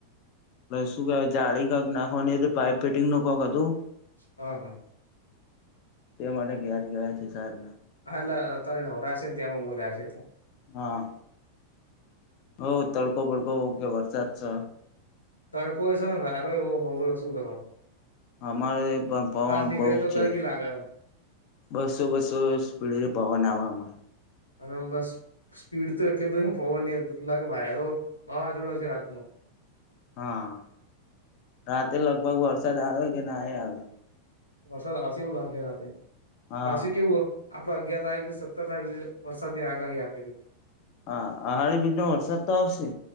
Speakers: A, on the left; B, on the left.
A: શું કેહેવાય? જાળી ક નાખવાની હતી પાઇપ ફેટિંગ નું કરવાનું હતું.
B: હા.
A: તે માટે ગયા જ છે સાહેબ.
B: હા, એટલે અત્યારે નવરા હશે ને, ત્યાં માં બોલાયા છે.
A: હા હો, તડકો બડકો ઓકે, વરસાદ છે.
B: તડકો હોય છે ને, વારો એવો હો બોલો શું કરવાનો?
A: અમારે પણ પવન
B: નીકળે
A: બહુ
B: તો
A: જ છે.
B: ગરમી લાગે
A: બેસો બેસો સ્પીડ પવન આવે.
B: અને બસ સ્પીડ તો એટલે બધી પવન નહીં, વાયરો, વાવાઝોડો છે રાત
A: હા, રાતે લગભગ વરસાદ આવે કે ના આવે.
B: વરસાદ આવશે એવું લાગે, રાત્રે
A: હા
B: પાછું કેવું હોય. આપડે અગિયાર તારીખ ને સત્તર તારીખ વરસાદની આગાહી આપેલી.
A: હા આહાળી બીજ નો વરસાદ તો આવશે